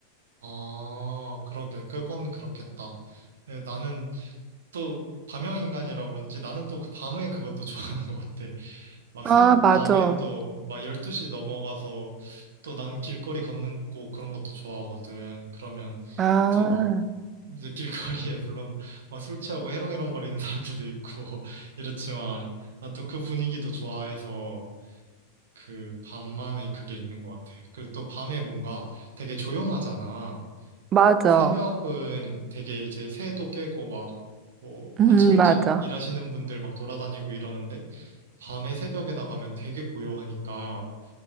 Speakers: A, on the right; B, on the right.
A: 아, 그러게. 그건 그렇겠다. 예, 나는 또 밤형인간이라 그런지 나는 또 그 밤에 그것도 <laughs> 좋아하는 것 같아. 막
B: 아,
A: 새,
B: 맞아.
A: 밤에 또 막 12시 넘어가서 또 난 길거리 걷는 거 그런 것도 좋아하거든. 그러면
B: 아,
A: 이제 막 이제 길거리에 <laughs> 물론 막 술 취하고 해롱해롱거리는 사람들도 있고 <laughs> 이렇지만 난 또 그 분위기도 좋아해서 그 밤만의 그게 있는 것 같아. 그리고 또 밤에 뭔가 되게 조용하잖아.
B: 맞아.
A: 새벽은 되게 이제 새도 깨고 막 뭐
B: 음,
A: 아침 일찍
B: 맞아.
A: 일하시는 분들 막 돌아다니고 이러는데 밤에 새벽에 나가면 되게 고요하니까